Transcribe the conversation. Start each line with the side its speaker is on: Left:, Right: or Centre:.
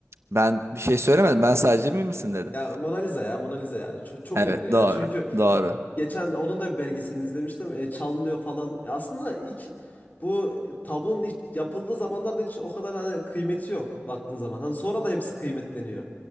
Right: Ben bir şey söylemedim. Ben sadece emin misin dedim.
Left: Ya Mona Lisa ya Mona Lisa yani çok, çok
Right: Evet
Left: ünlü yani.
Right: doğru
Left: Çünkü
Right: doğru.
Left: geçen onun da bir belgeselini izlemiştim. E, çalınıyor falan. Ya Aslında ilk bu tablonun ilk yapıldığı zamanlarda hiç o kadar hani kıymeti yok baktığın zaman. Hani sonra da hepsi kıymetleniyor.